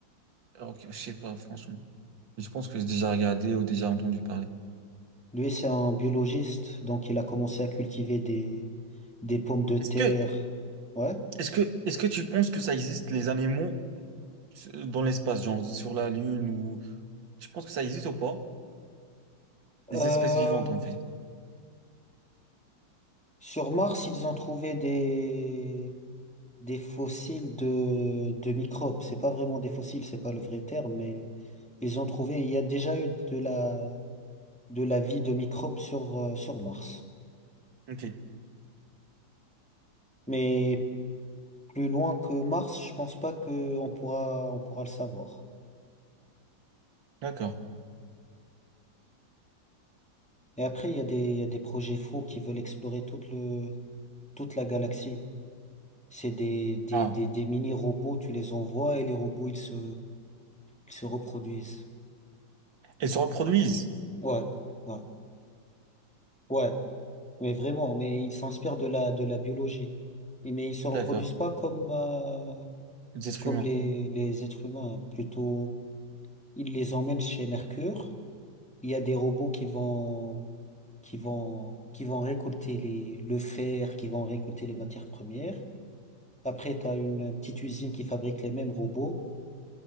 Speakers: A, on the right (about 75°); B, in the centre.
A: Alors, ok, je sais pas, franchement. Je pense que j'ai déjà regardé ou déjà entendu parler.
B: lui, c'est un biologiste, donc il a commencé à cultiver des, des pommes de terre.
A: Est-ce que,
B: Ouais.
A: est-ce que, est-ce que tu penses que ça existe, les animaux s- dans l'espace, genre sur la Lune ou, tu penses que ça existe ou pas?
B: Euh,
A: Les espèces vivantes, en fait.
B: Sur Mars, ils ont trouvé des, des fossiles de, de microbes. C'est pas vraiment des fossiles, c'est pas le vrai terme, mais ils ont trouvé, il y a déjà eu de la, de la vie de microbes sur, euh, sur Mars.
A: Ok,
B: Mais plus loin que Mars, je pense pas que on pourra, on pourra le savoir.
A: d'accord.
B: Et après, il y a des, il y a des projets faux qui veulent explorer toute le, toute la galaxie. C'est des, des,
A: Ah.
B: des, des mini-robots, tu les envoies et les robots, ils se, ils se reproduisent.
A: Elles se reproduisent.
B: Ouais. Ouais. Ouais, Mais vraiment, mais ils s'inspirent de la, de la biologie. Et- mais ils se reproduisent
A: D'accord.
B: pas comme, euh,
A: Les êtres
B: comme
A: humains.
B: les, les êtres humains. hein. Plutôt, ils les emmènent chez Mercure. Il y a des robots qui vont, qui vont, qui vont récolter les, le fer, qui vont récolter les matières premières. Après, tu as une petite usine qui fabrique les mêmes robots.